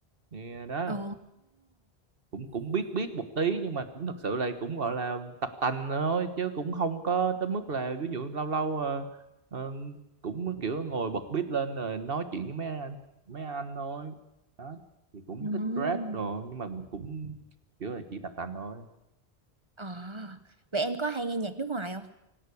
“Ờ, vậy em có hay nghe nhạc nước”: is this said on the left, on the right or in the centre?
Right